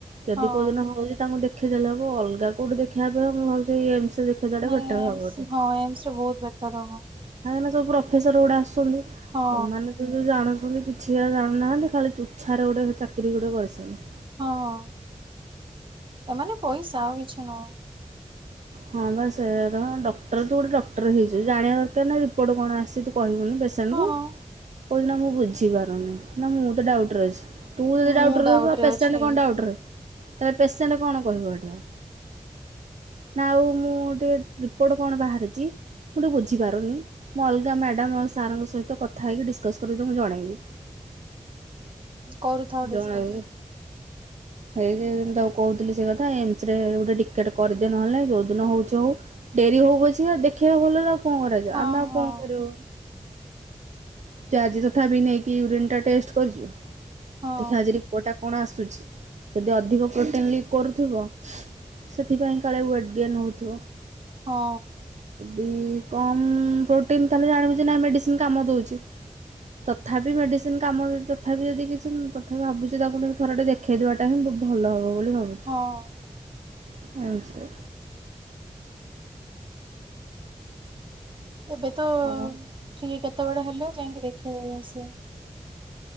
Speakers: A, on the right (about 70°); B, on the right (about 45°).
A: ଯଦି
B: ହଁ।
A: କୋଉଦିନ ହଉଛି ତାଙ୍କୁ ଦେ ଦେଖି ଦେଲେ ହବ ଅଲଗା କୋଉଠି ଦେଖାବା ଅପେକ୍ଷା ମୁଁ ଭାବୁଛି ଏମ୍ ସ ଦେଖେଇ ଦେବା ଟା
B: ନାଇଁ
A: ବେଟର ହବ
B: ଏମ୍ସ
A: ବୋଧେ
B: ହଁ ଏମ୍ସ ରେ ବହୁତ ବେଟର ହବ
A: କାହିଁକି ନା ସବୁ ପ୍ରଫେସର ଗୋଡା ଆସୁଛନ୍ତି।
B: ହଁ।
A: ଏମାନେ ତ ଯୋଉ ଜାଣୁଛନ୍ତି କିଛି ଜାୁନୁନାହାନ୍ତି ଖାଲି ଚୁଛାରେ ଗୋଟେ ଚାକିରି ଗୋଟେ କରିଛନ୍ତି।
B: ହଁ ଏମାନେ ପଇସା ଆଉ କିଛି ନୁହେଁ
A: ହଁ ବାସ ତ ଡକ୍ଟର ତୁ ଗୋଟେ ଡକ୍ଟର ହେଇଛୁ ଜାଣିବା ଦରକାର ନା ରିପୋର୍ଟ କଣ ଆସିଛି ତୁ କହିବୁନି। ପେସେଣ୍ଟ
B: ହଁ
A: କୁ କହୁଛି ନା ମୁଁ ବୁଝି ପାରୁନି ନା ମୁଁ ତ ଡାଉଟୁ ରେ ଅଛି। ତୁ ଯଦି
B: ମୁଁ
A: ଡାଉଟୁ ରେ
B: ଡାଉଟ୍
A: ରହିବୁ ପେସେଣ୍ଟ
B: ଅଛି।
A: କଣ ଡାଉଟୁ ରହିବ। ତାହଲେ ପେସେଣ୍ଟ କଣ କହିବ ଏଠି ଆଉ। ନା ଆଉ ମୁଁ ଟିକେ ରିପୋର୍ଟ କଣ ବାହାରିଛି। ମୁଁ ଟିକେ ବୁଝିପାରୁନି ମୁଁ ଅଲଗା ମ୍ୟାଡ଼ାମ୍ ଆଉ ସାର ଙ୍କ ସହିତ କଥା ହେଇକି ଡିସକସ୍ କରିକି ତମକୁ ଜଣେଇବି।
B: କରୁଥାଉ
A: ଜଣେଇବି
B: ଡିସିକଶ୍।
A: ଏଇ ଯେତି ତାକୁ କହୁଥିଲି ସେ କଥା ଏମ୍ ଶ୍ ଗୋଟେ ଟିକେଟ କରିଦେ ନହେଲେ ନାଇ ଯୋଉଦିନ ହଉଛି ହଉ ଡେରି ହଉ ପଛିକ ଦେଖିବା ଭଲରେ। କଣ କରାଯିବ
B: ହଁ
A: ଆମେ ଆଉ
B: ହଁ
A: କଣ କରିବୁ? ଯେ ଆଜି ତଥାପି ନେଇକି ୟୁରିନ ଟା ଟେଷ୍ଟ କରିଛୁ
B: ହଁ
A: ଦେଖିବା ଆଜି ରିପୋର୍ଟ ଟା କଣ ଆସୁଛି ଯଦି ଅଧିକ ପ୍ରୋଟିନ୍ ଲିକ୍ କରୁଥିବ ସେଥିପାଇଁ କାଳେ ୱେଟ୍ ଗେନ୍ ହଉଥିବ।
B: ହଁ।
A: ଦି କମ୍ ପ୍ରୋଟିନ ତାହେଲେ ଜାଣିବୁ ଯେ ମେଡ଼ିସିନ କାମ ଦଉଚି। ତଥାପି ମେଡିସିନ କାମ ତଥାପି ଯଦି କିଛି ତଥାପି ଭାବୁଚି ତାକୁ ନେଇକି ଥରୁଟେ ଦେଖେଇ ଦବାଟା ହିଁ ଭଲ ହବ ବୋଲି ଭାବୁଚି
B: ହଁ
A: <unintelligible>
B: ଏବେ ତ
A: ଓହୋ।
B: ଫ୍ରି କେତେବେଳେ ହେଲେ ଯାଇଁକି ଦେଖେଇ ଆସିଆ।